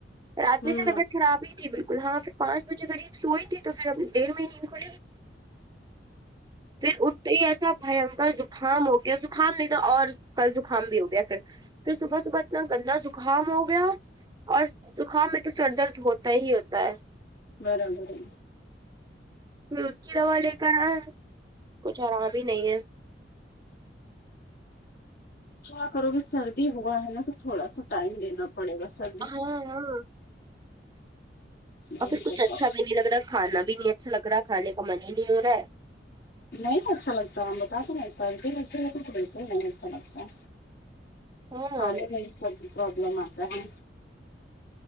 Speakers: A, on the right; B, on the left.
A: رات
B: ہوں
A: میں سے طبیعت خرابی تھی جی بالکل ہاں پھر پانچ بجے کاریب سوئی تھی تو پھر اب دیر میں نیند کھلیگی پھر اٹھتے ہی ایسا بھیانکر زکھام ہو گیا زکھام نہیں تھا اور کل زکھام بھی ہو گیا پھر پھر صبح صبح اتنا گندا زکھام ہو گیا اور زکھام میں تو سر درد ہوتا ہی ہوتا ہے
B: برابر
A: پھر اس کی دوا لے کر آیا کچھ آرام ہی نہیں ہے
B: کیا کرو گے سردی ہوا ہے نا تو تھوڑا سا ٹائم دینا پڑے گا سر
A: ہاں ہاں اور
B: یہی
A: پھر کچھ
B: بتاؤ
A: اچھا بھی نہیں لگ رہا کھانا بھی نہیں اچھا لگ رہا کھانے کا من ہی نہیں ہو رہا ہے
B: نہیں اچھا لگتا ہم بتاتے نہ ایک بار نہیں <unintelligible> اچھے ل تو بالکل نہیں اچھا لگتا
A: ہاں
B: کھانے میں بھی سب پرابلم آتا ہے